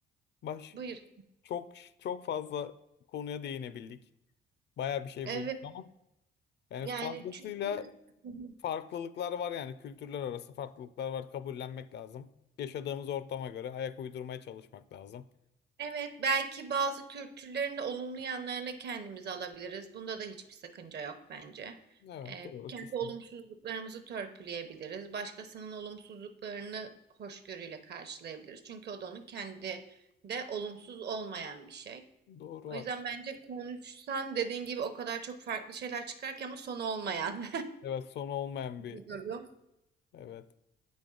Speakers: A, on the left (about 60°); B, on the right (about 55°).
A: Baş
B: buyur.
A: çok çok fazla konuya değinebildik. Baya bir şey
B: Evet,
A: bulduk ama yani
B: yani
A: fazlasıyla
B: çünkü <laughs>
A: farklılıklar var yani kültürler arası farklılıklar var kabullenmek lazım. Yaşadığımız ortama göre ayak uydurmaya çalışmak lazım.
B: Evet, belki bazı kültürlerin de olumlu yanlarını kendimize alabiliriz. Bunda da hiçbir sakınca yok bence.
A: Evet
B: Ee,
A: doğru
B: kendi
A: kesin.
B: olumsuzluklarımızı törpüleyebiliriz. Başkasının olumsuzluklarını hoşgörüyle karşılayabiliriz. Çünkü o da onun kendi de olumsuz olmayan bir şey.
A: Doğru
B: O yüzden
A: haklı.
B: bence konuşsan dediğin gibi o kadar çok farklı şeyler çıkarken ama sonu olmayan
A: Evet sonu olmayan
B: <laughs>
A: bir
B: bir durum.
A: evet